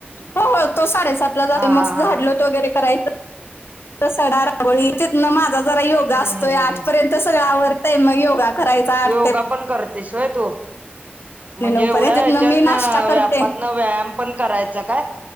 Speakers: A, on the left (about 75°); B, on the right (about 40°).
A: हो हो, तो साडेसात ला जातो,
B: हा
A: मग
B: हा
A: झाडलोट
B: हा हा
A: वगैरे करायच. सडा रागोळी, तीथन माझा जरा योगा
B: हम्म
A: असतोय,
B: हम्म
A: आठपर्यंत,
B: हम्म हम्म
A: सगळं आवतंय मग योगा करायचा आठ
B: योगा
A: ते
B: पण करतेसय व्हय तू. म्हणजे
A: नऊ
B: एवढ्या
A: पर्यंत तिथनं
B: ह्याच्यातन,
A: मी नाश्ता करते
B: व्यापातन व्यायाम पण करायचा काय?